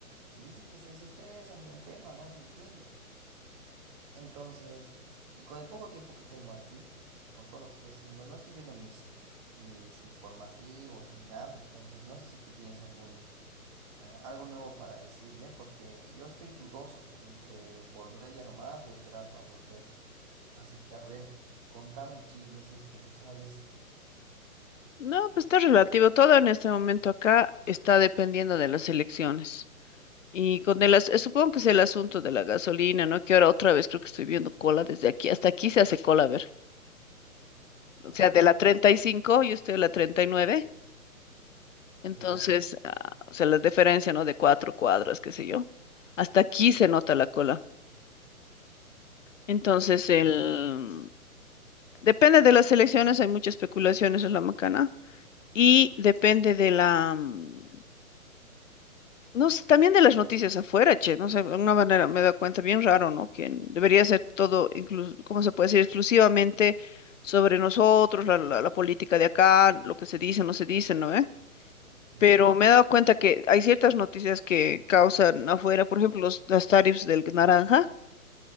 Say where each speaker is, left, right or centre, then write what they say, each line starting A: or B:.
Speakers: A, on the right (about 25°); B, on the left (about 60°).
A: dice que se, se estresan, se enferman, no se entiende. Entonces, y con el poco tiempo que tengo aquí, con todo lo que estoy haciendo, no estoy viendo mis, mis informativos ni nada, entonces no sé si tú tienes algún, ah, algo nuevo para decirme, porque yo estoy dudoso entre volver ya nomás o esperar para volver. Así que, a ver, contame el chisme si es que lo sabes.
B: no, pues está relativo. Todo en este momento acá está dependiendo de las elecciones. Y con el... as- eh, Supongo que es el asunto de la gasolina, ¿no? Que ahora otra vez creo que estoy viendo cola desde aquí. Hasta aquí se hace cola, a ver.
A: A
B: O sea,
A: la
B: de
A: miércoles.
B: la treinta y cinco yo estoy a la treinta y nueve Entonces,
A: Ya,
B: ah, o sea, la diferencia, ¿no? De cuatro cuadras, qué sé yo. Hasta aquí se nota la cola. Entonces, el...
A: ya,
B: Depende de las elecciones, hay muchas especulaciones en la macana. Y depende de la... mm, No sé, también de las noticias afuera, che, no sé, de alguna manera me da cuenta, bien raro, ¿no? Que debería ser todo, incluso, ¿cómo se puede decir? Exclusivamente sobre nosotros, la, la, la política de acá, lo que se dice, no se dice, ¿no? ¿Eh?
A: ujú,
B: Pero me he dado cuenta que hay ciertas noticias que causan afuera, por ejemplo, los, las tarifas del naranja.